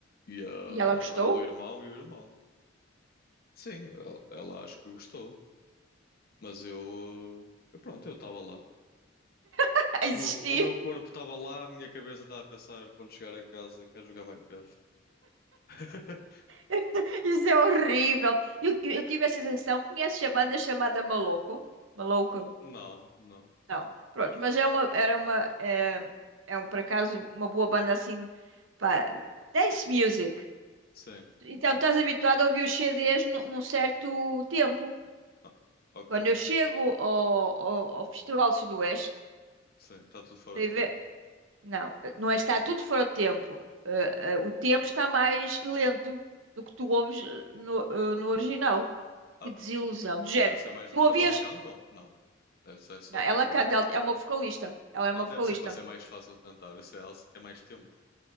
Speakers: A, on the left; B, on the right.
A: e a
B: E ela
A: namorada
B: gostou?
A: do irmão e o irmão. Sim, ela, ela acho que gostou, mas eu, ah, eu, pronto, eu estava lá.
B: <laughs> Existiu?
A: O meu, co- o meu corpo estava lá, a minha cabeça estava a pensar quando chegar a casa, quero jogar Minecraft. <laughs>
B: <laughs> Isso é horrível. Eu, eu, eu tive essa sensação. Conheces a banda chamada Maluco? Maluco?
A: Não, não.
B: Não. Pronto, mas é uma, era uma, é, é um, por acaso, uma boa banda assim, pá, dance music.
A: Sim.
B: Então, estás habituado a ouvir os CDs nu- num certo tempo.
A: Ah, ok.
B: Quando eu chego ao, ao, ao Festival Sudoeste,
A: Sim, está tudo fora
B: vai
A: de tempo.
B: ver, não, não é que está
A: Então.
B: tudo fora de tempo. Eh, eh, o tempo está mais lento do que tu ouves eh, no, eh, no original.
A: ah,
B: que desilusão. De
A: Porque
B: género,
A: deve ser mais.
B: tu ouvias.
A: Mas eles cantam? Não. Deve ser só
B: Não, ela
A: tipo.
B: canta, ela é uma vocalista. Ela é uma
A: Ah, deve
B: vocalista.
A: ser para ser mais fácil cantar. Se elas têm mais tempo.